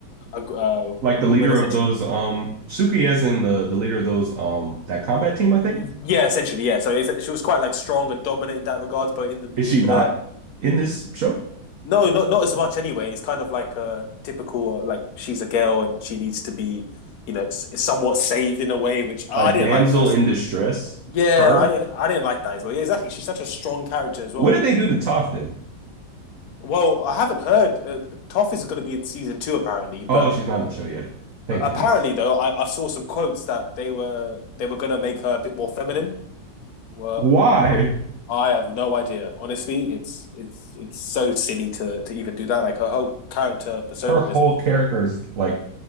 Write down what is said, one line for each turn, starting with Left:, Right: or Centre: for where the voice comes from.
Left: a, uh,
Right: Like
Left: woman
Right: the leader
Left: essentially.
Right: of those, um, Suki, as in the the leader of those, um, that combat team. I
Left: Yeah,
Right: think
Left: essentially, yeah. So it's, she was quite like strong and dominant in that regards, but in the
Right: is she
Left: in the
Right: not in this show?
Left: No, not not as much anyway. It's kind of like a typical uh, like she's a girl and she needs to be, you know, s- somewhat saved in a way, which I
Right: A damsel
Left: didn't like personally.
Right: in distress.
Left: Yeah,
Right: Her.
Left: I didn't I didn't like that as well. Yeah, exactly. She's such a strong character as well
Right: What
Left: in
Right: did
Left: the
Right: they
Left: in
Right: do
Left: the.
Right: to Toph then?
Left: Well, I haven't heard. Uh, Toph is going to be in season two apparently, but
Right: Oh, she's not in the show yet. Thank
Left: apparently
Right: goodness.
Left: though, I, I saw some quotes that they were they were going to make her a bit more feminine. Well,
Right: Why?
Left: I'm I have no idea. Honestly, it's it's it's so silly to to even do that. Like her whole character persona
Right: Her whole
Left: is
Right: character is like